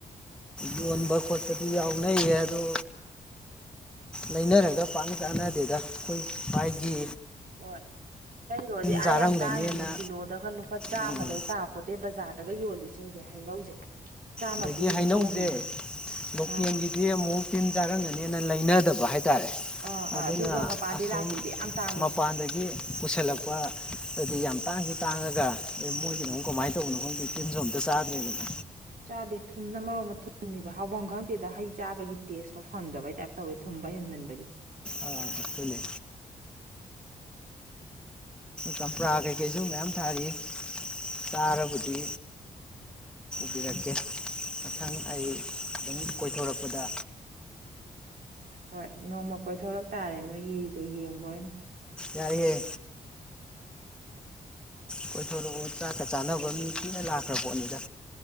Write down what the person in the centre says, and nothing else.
ꯌꯣꯟꯕ ꯈꯣꯠꯄꯗꯤ ꯌꯥꯎꯅꯩꯌꯦ ꯑꯗꯣ ꯂꯩꯅꯔꯒ ꯄꯥꯛ ꯆꯥꯅꯗꯦꯗ ꯑꯩꯈꯣꯏ ꯃꯥꯒꯤ
ꯆꯥꯔꯝꯒꯅꯦꯅ
ꯎꯝ,
ꯑꯗꯒꯤ
ꯍꯩꯅꯧꯁꯦ
ꯂꯣꯀꯦꯜꯒꯤꯗꯤ
ꯑꯃꯨꯛ ꯇꯤꯟ ꯆꯥꯔꯝꯒꯅꯦꯅ ꯂꯩꯅꯗꯕ ꯍꯥꯏꯇꯥꯔꯦ ꯇꯥꯔꯦ
ꯑꯗꯨꯅ
ꯑꯁꯣꯝ
ꯃꯄꯥꯟꯗꯒꯤ ꯄꯨꯁꯤꯜꯂꯛꯄ ꯑꯗꯨꯗꯤ ꯌꯥꯝ ꯇꯥꯡꯈꯤ ꯇꯥꯡꯉꯒ ꯑꯦ ꯃꯣꯏꯒꯤꯅꯣꯛ ꯀꯃꯥꯏꯅ ꯇꯧꯕꯅꯣ ꯈꯪꯒꯤ ꯇꯤꯟ ꯁꯣꯝꯇ ꯆꯥꯗ꯭ꯔꯦꯕꯅꯣ
ꯑ ꯐꯂꯦ ꯆꯝꯄ꯭ꯔꯥ ꯀꯩꯀꯩꯁꯨ ꯃꯌꯥꯝ ꯊꯥꯔꯤ ꯆꯥꯔꯕꯗꯤ
ꯇꯤꯔꯛꯀꯦ ꯃꯊꯪ ꯑꯩ ꯑꯗꯨꯝ ꯀꯣꯏꯊꯣꯔꯛꯄꯗ
ꯌꯥꯏꯑꯦ ꯀꯣꯏꯊꯣꯔꯛꯎ ꯆꯥꯛꯀ ꯆꯥꯅꯕ ꯃꯤ ꯀꯨꯅ ꯂꯥꯛꯈ꯭ꯔ ꯄꯣꯠꯅꯤꯗ